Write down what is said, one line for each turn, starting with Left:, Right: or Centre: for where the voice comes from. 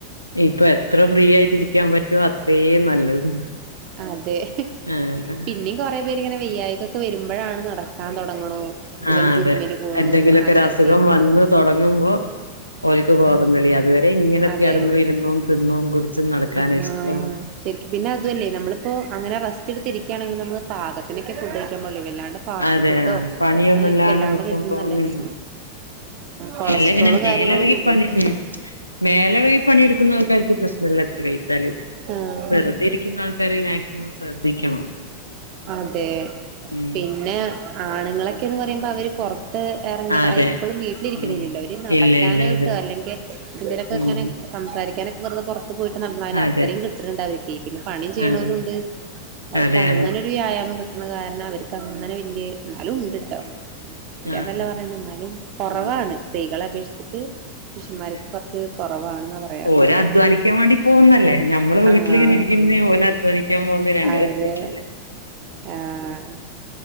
Left: ഇപ്പൊ എത്ര ഫ്രീ ആയിട്ട് ഇരിക്കാൻ പറ്റും അ അത്രയേ നല്ലത്
Right: അതെ
Left: ആഹ്
Right: പിഞ്ഞി കൊറെ പേരിങ്ങനെ വെയ്യായി കൊക്കെ വരുമ്പോഴാണ് നടക്കാൻ തൊടങ്ങ്ണു അതുപോലെ
Left: ആഹ്
Right: ജിമ്മില്
Left: അതെ
Right: പോണു
Left: എന്തെങ്കിലൊക്കെ
Right: അങ്ങനെയൊക്കെ
Left: ഒരു അസുഖം
Right: ചെയ്യണ
Left: വന്ന് തൊടങ്ങുമ്പോ ഓൽക്ക് ബോധം തെളിയും അതുവരെ ഇങ്ങനെ
Right: അതെ
Left: കെടന്ന് ഇരുന്നും തിന്നും കുടിച്ചും നടക്കാന
Right: ആഹ്
Left: ഇഷ്ടം
Right: ശരിക്കും പിന്നെ അതുവല്ലേ നമ്മളിപ്പോ അങ്ങന റസ്റ്റ് എടുത്തിരിക്കുകയാണെങ്കിൽ നമ്മള് പാകത്തിനൊക്കെ ഫുഡ് കഴിക്കാൻ പാടുള്ളേ വല്ലാണ്ട് ഫാസ്റ്റ്
Left: അതെ
Right: ഫുഡോ
Left: പണിയൊന്നുല്ലാണ്ട്
Right: അങ്ങനെ വല്ലാണ്ട്
Left: നിക്കുമ്പോ
Right: കഴിക്കുന്ന നല്ലല്ലേ
Left: ഉം
Right: കൊളസ്ട്രോള്
Left: അല്ല പിന്നെ മേലളകി
Right: കാര്യങ്ങളും കൂ
Left: പണി ഉം മേലന കി പണിയെടുക്കുന്ന ആൾക്കാർക്ക് പ്രശ്നമല്ല എത്ര കഴിച്ചാലും
Right: ആഹ്
Left: വെറുതെ ഇരിക്കുന്ന ആൾക്കാരെ മാക്സിമം ശ്രദ്ധിക്കണം
Right: അതെ
Left: ഉം
Right: പിന്നെ ആണുങ്ങളൊക്കെന്ന് പറയുമ്പോ അവര് പൊറ ത്ത് എറങ്ങിയിട്ട്
Left: അതെ
Right: എപ്പോളും വീട്ടിലിരിക്കണില്ലല്ലോ
Left: ഉം
Right: അവര് നടക്കാനായിട്ടോ
Left: ഇല്ല ഇല്ല അതെ
Right: അല്ലെങ്കിൽ എന്തങ്കലൊക്കെ
Left: ഉം
Right: ഇങ്ങനെ സംസാരിക്കാനൊക്കെ വെറുതെ പൊറത്ത് പോയിട്ട് നടന്നാല്
Left: അതെ
Right: അത്രയും കിട്ടണ്‌ണ്ട് അവർക്കെ പിന്നെ പണിയും ചെയ്യണവരും
Left: ആഹ്
Right: ഉണ്ട്
Left: അതെ
Right: ക്ക അങ്ങനെ
Left: അതെ
Right: ഒരു വ്യായാമം കിട്ടുന്ന കാരണം അവർക്ക് അങ്ങനെ വല്യയ എന്നാലും ഉണ്ട് ഇല്ലന്നല്ല
Left: ആഹ് അതെ
Right: പറയണെ എന്നാലും കൊറവാണ്
Left: ഉം
Right: സ്ത്രീകളെ അപേക്ഷിച്ചി ട്ട് പുരുഷന്മാർക്ക്
Left: അതെ
Right: കൊറച്ച് കുറവാണ്ന്നാ പറ്
Left: ഓര് അധ്വാനിക്കാൻ വേണ്ടി പോകുന്നല്ലേ നമ്മള് വീട്ടില്
Right: ആഹ്
Left: ഇങ്ങനെ ഇരിക്കുന്ന് ഓല അധ്വാനി ക്കാൻ പോന്ന് രണ്ട്
Right: അതെ
Left: വത്യാസംല്ലേ
Right: ആഹ്